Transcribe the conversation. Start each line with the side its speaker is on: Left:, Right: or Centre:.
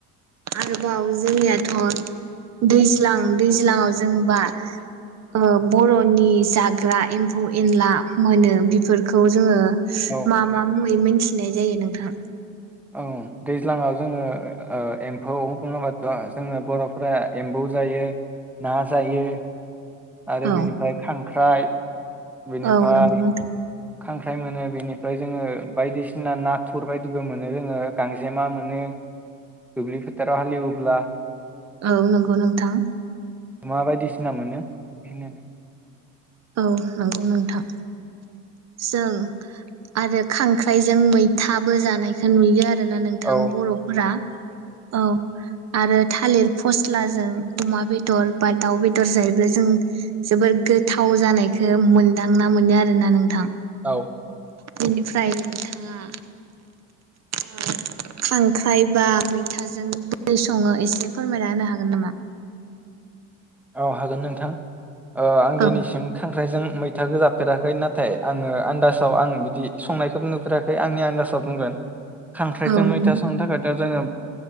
Right: आरोबाव जोंनियाथ' दैज्लां दैज्लङाव जोंबा ओ बर'नि जाग्रा एम्फौ एनला मोनो बेफोरखौ जोङो
Centre: औ
Right: मा मा मुङै थिनाय जायो नोंथां
Centre: औ दैज्लाङाव जोङो ओ एम्फौ बुङोब्लाथ' जोङो बर'फोरा एम्बौ जायो ना जायो आरो
Right: औ
Centre: बेनिफ्राय खांख्राइ बेनिफ्राय
Right: औ नंगौ नोंथां।
Centre: खांख्राइ मोनो बेनिफ्राय जोङो बायदिसिना नाथुर बायदिबो मोनो जोङो गांजेमा मोनो दुब्लि फोथाराव हालेवोब्ला
Right: औ नंगौ नोंथां।
Centre: मा बायदिसिना मोनो बेखोनो
Right: औ नंगौ नोंथां जों आरो खांख्राइजों मैथाबो जानायखौ नुयो आ आरोना नोंथां
Centre: औ
Right: बर'फोरा औ आरो थालेर फस्लाजों अमा बेदर बा दाउ बेदर जायोब्ला जों जोबोर गो थाव जानायखौ मोनदांना मोनो आरो ना नोंथां
Centre: औ
Right: बेनिफ्राय नोंथांङा ओ खांख्राय बा मैथाजों ब सङो एसे फोरमायना होनो हागोन नामा?
Centre: औ हागोन नोंथां ओ आं दिनैसिम
Right: औ
Centre: खां ओमफ्राय जों मैथाखौ जाफेराखै नाथाय आङो आन्दाजाव आं बिदि संनायखौ नुफेराखै आंनि आन्दाजाव बुंगोन खांख्राइजों
Right: औ नंगौ
Centre: मैथा संनो थाखायथ' जोङो